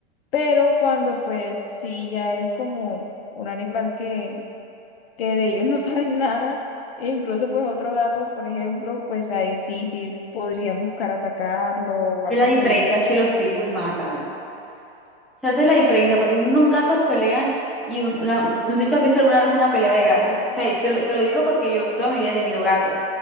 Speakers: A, on the left (about 70°); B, in the centre.
A: Pero cuando pues sí, ya es como un animal que, que de ellos no <laughs> saben nada, e incluso pues otro gato, por ejemplo, pues ahí sí, sí podrían buscar atacarlo o
B: Y
A: algo
B: la diferencia
A: por el estilo.
B: es que los pitbull matan. se hace la diferencia, porque unos gatos pelean y un- una- un- no sé si tú has visto alguna vez una pelea de gatos. O sea, y te lo, te lo digo porque yo toda mi vida he tenido gatos.